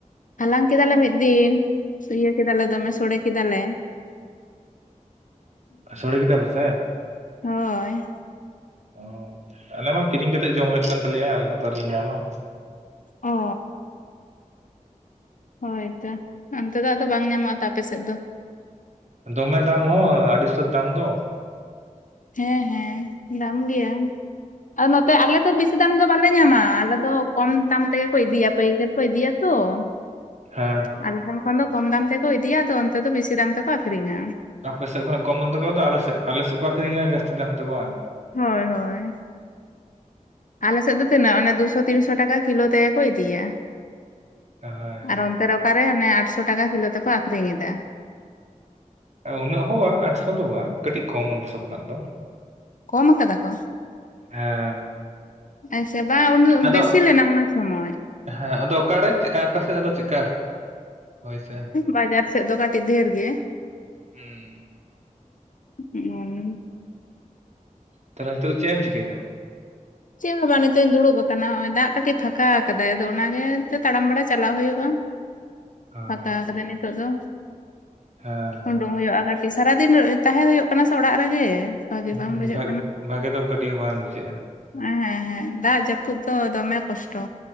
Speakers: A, on the left; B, on the right.
A: ᱦᱟᱞᱟᱝ ᱠᱮᱫᱟᱞᱮ ᱢᱤᱫ ᱫᱤᱱ ᱤᱭᱟᱹ ᱠᱮᱫᱟ ᱞᱮ ᱫᱚᱢᱮ ᱥᱚᱲᱮ ᱠᱮᱫᱟᱞᱮ ᱾
B: ᱥᱚᱲᱮ ᱠᱮᱫᱟ ᱯᱮᱥᱮ ᱾
A: ᱦᱚᱭ ᱾
B: ᱚ ᱟᱞᱮ ᱢᱟ ᱠᱤᱨᱤᱧ ᱠᱟᱛᱮᱜ ᱡᱚᱢ ᱦᱩᱭᱩᱜ ᱠᱟᱱ ᱛᱟᱞᱮᱭᱟ ᱟᱞᱮ ᱫᱚ ᱚᱠᱟ ᱨᱮᱞᱮ ᱧᱟᱢᱟ ᱾
A: ᱚ ᱾ ᱦᱚᱭ ᱛᱚ ᱚᱱᱛᱮ ᱫᱚ ᱟᱫᱚ ᱵᱟᱝ ᱧᱟᱢᱚᱜ-ᱟ ᱛᱚ ᱟᱯ ᱥᱮᱫ ᱫᱚ ᱾
B: ᱫᱚᱢᱮ ᱫᱟᱢ ᱦᱚᱸ ᱟᱹᱰᱤ ᱥᱟᱹᱛ ᱫᱟᱢ ᱫᱚ ᱾
A: ᱦᱮᱸ ᱦᱮᱸ ᱫᱟᱢ ᱜᱮᱭᱟ ᱾ ᱟᱨ ᱱᱚᱛᱮ ᱟᱞᱮ ᱫᱚ ᱵᱤᱥᱤ ᱫᱟᱢ ᱫᱚ ᱵᱟᱞᱮ ᱧᱟᱢᱟ ᱟᱞᱮ ᱫᱚ ᱠᱚᱢ ᱫᱟᱢ ᱛᱮ ᱜᱮ ᱠᱚ ᱤᱫᱤᱭᱟ ᱯᱟᱹᱭᱠᱟᱹᱨ ᱠᱚ ᱤᱫᱤᱭᱟ ᱾ ᱛᱚ ᱾
B: ᱦᱮᱸ ᱾
A: ᱟᱞᱮ ᱴᱷᱮᱱ ᱠᱷᱚᱱ ᱫᱚ ᱠᱚᱢ ᱫᱟᱢ ᱛᱮᱠᱚ ᱤᱫᱤᱭᱟ ᱟᱫᱚ ᱚᱱᱛᱮ ᱫᱚ ᱵᱤᱥᱤ ᱫᱟᱢ ᱛᱮᱠᱚ ᱟᱠᱷᱨᱤᱧᱟ᱾
B: ᱟᱯᱮ ᱥᱮᱫ ᱠᱷᱚᱱᱟᱜ ᱠᱚᱢ ᱫᱟᱢ <unintelligible> ᱟᱞᱮ ᱥᱮᱫ ᱟᱞᱮ ᱥᱮᱫ ᱠᱚ ᱟᱠᱷᱨᱤᱧᱟ ᱡᱟᱹᱥᱛᱤ ᱫᱟᱢ ᱛᱮ ᱵᱟᱝ᱾
A: ᱦᱳᱭ ᱦᱳᱭ ᱟᱞᱮ ᱥᱮᱫ ᱫᱚ ᱛᱤᱱᱟᱹᱜ ᱚᱱᱮ ᱫᱩᱥᱚ ᱛᱤᱱᱥᱚ ᱴᱟᱠᱟ ᱠᱤᱞᱳ ᱛᱮᱜᱮ ᱠᱚ ᱤᱫᱤᱭᱟ᱾
B: <unintelligible> ᱦᱟᱭ
A: ᱟᱨ ᱚᱱᱛᱮ ᱨᱮ ᱚᱠᱟᱨᱮ ᱟᱱᱮ ᱟᱴᱥᱚ ᱴᱟᱠᱟ ᱠᱤᱞᱳ ᱛᱮᱠᱚ ᱟᱠᱷᱨᱤᱧ ᱮᱫᱟ᱾
B: ᱩᱱᱟᱹᱜ ᱦᱚᱸ ᱵᱟ ᱟᱴᱥᱚ ᱫᱚ ᱵᱟᱝ ᱠᱟᱹᱴᱤᱡ ᱠᱚᱢ ᱟᱴᱥᱚ ᱠᱷᱚᱱᱟᱜ ᱫᱚ᱾
A: ᱠᱚᱢ ᱟᱠᱟᱫᱟ ᱠᱚ᱾
B: ᱦᱮᱸ
A: ᱟᱪᱪᱷᱟ ᱵᱟ ᱩᱱ
B: ᱟᱫᱚ
A: ᱵᱮᱥᱤ ᱞᱮᱱᱟ ᱩᱱ ᱥᱚᱢᱚᱭ᱾
B: ᱦᱮᱸ ᱟᱫᱚ ᱚᱠᱟᱨᱮ ᱚᱠᱟ ᱥᱮᱫ ᱟᱫᱚ ᱪᱮᱠᱟ ᱦᱳᱭ ᱥᱮ
A: ᱵᱟᱡᱟᱨ ᱥᱮᱡ ᱫᱚ ᱠᱟᱹᱴᱤᱡ ᱰᱷᱮᱨ ᱜᱮ᱾
B: ᱦᱩᱸ
A: ᱦᱩᱸ
B: ᱛᱟᱦᱚᱞᱮ ᱱᱤᱛᱚᱜ ᱫᱚ ᱪᱮᱫ ᱮᱢ ᱪᱤᱠᱟᱹᱭᱮᱫᱟ?
A: ᱪᱮᱫ ᱦᱚᱸ ᱵᱟᱝ ᱱᱤᱛᱚᱜ ᱤᱧ ᱫᱩᱲᱩᱵ ᱟᱠᱟᱱᱟ ᱱᱚᱜ ᱚᱭ ᱫᱟᱜ ᱠᱟᱹᱴᱤᱡ ᱯᱷᱟᱸᱠᱟ ᱟᱠᱟᱫᱟᱭ, ᱟᱫᱚ ᱚᱱᱟᱜᱮ ᱛᱟᱲᱟᱢ ᱵᱟᱲᱟ ᱪᱟᱞᱟᱜ ᱦᱩᱭᱩᱜᱼᱟ᱾
B: <inaudible> ᱦᱮᱸ
A: ᱯᱷᱟᱸᱠᱟ ᱟᱠᱟᱫᱭ ᱱᱤᱛᱜ ᱫᱚ
B: ᱦᱮᱸ
A: ᱩᱰᱩᱝ ᱦᱩᱭᱩᱜᱼᱟ ᱠᱟᱹᱴᱤᱡ᱾ ᱥᱟᱨᱟᱫᱤᱱ ᱛᱟᱦᱮᱸ ᱦᱩᱭᱩᱜ ᱠᱟᱱᱟ ᱥᱮ ᱚᱲᱟᱜ ᱨᱮᱜᱮ᱾ ᱵᱷᱟᱜᱤ
B: ᱦᱚᱸ
A: ᱵᱟᱝ ᱵᱩᱡᱷᱟᱹᱜ
B: ᱵᱷᱟᱜᱮ ᱵᱷᱟᱜᱮ ᱫᱚ ᱠᱟᱹᱴᱤᱡ ᱦᱚᱸ ᱵᱟᱝ ᱵᱩᱡᱷᱟᱹᱜᱼᱟ᱾
A: ᱮᱸ ᱦᱮᱸ ᱦᱮᱸ ᱫᱟᱜ ᱡᱟᱹᱯᱩᱫ ᱫᱚ ᱫᱚᱢᱮ ᱠᱚᱥᱴᱚ,